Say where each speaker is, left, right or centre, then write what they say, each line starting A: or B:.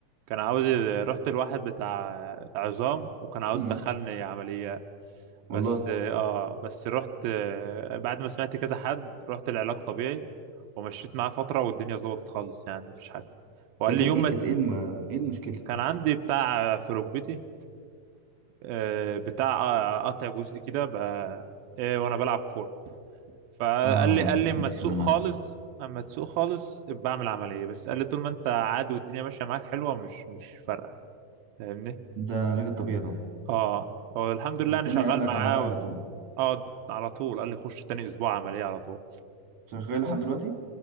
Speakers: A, on the right (about 80°); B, on the right (about 50°).
A: كان عاوز رحت لواحد بتاع عظام وكان عاوز
B: مم.
A: يدخلني عمليات
B: والله
A: بس اه بس رحت آه، بعد ما سمعت كذا حد رحت العلاج طبيعي ومشيت معاه فترة والدنيا ظبطت خالص يعني مفيش حاجة وقال
B: ده كانت
A: لي يوم
B: ايه
A: ما
B: كانت ايه الم... ايه المشكله
A: كان عندي بتاع في ركبتي آه، بتاع آه، قطع جزء كده ب- آه، وانا بلعب كورة فقال
B: اه
A: لي قال لي اما
B: الف
A: تسوق
B: سلام
A: خالص
B: عليك
A: اما تسوق خالص ابقى بعمل عمليه بس قال لي طول ما انت عادي والدنيا ماشيه معاك حلوه مش مش فارقه فاهمني
B: ده علاج الطبيعي طبعا
A: اه هو الحمد لله
B: التاني
A: انا شغال
B: قال لك
A: معاه
B: عمليه على
A: و...
B: طول
A: اه على طول قال لي خش تاني اسبوع عمليه على طول
B: شغال لحد دلوقتي